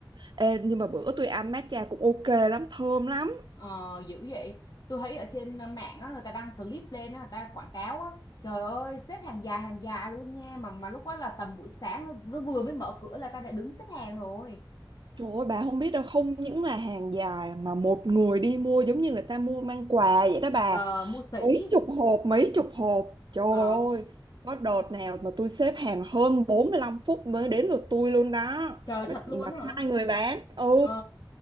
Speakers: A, on the right; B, on the left.
A: Ê, nhưng mà bữa tôi ăn matcha cũng ok lắm thơm lắm
B: Ờ, dữ vậy tôi thấy ở trên ờ, mạng á, người ta đăng clip lên á, người ta quảng cáo á trời ơi xếp hàng dài hàng dài luôn nha mà mà lúc đó là tầm buổi sáng nó vừa mới mở cửa là ta đã đứng xếp hàng rồi
A: Trời ơi, bà không biết đâu, không những là hàng dài mà một người đi mua giống như người ta mua mang quà vậy đó bà.
B: ờ, mua sỉ
A: Mấy chục hộp, mấy chục hộp. Trời
B: ờ,
A: ơi, có đợt nào mà tôi xếp hàng hơn 45 phút mới đến lượt tôi luôn đó.
B: trời
A: Mà,
B: thật luôn
A: mà hai
B: á hả
A: người bán, ừ,
B: ờ,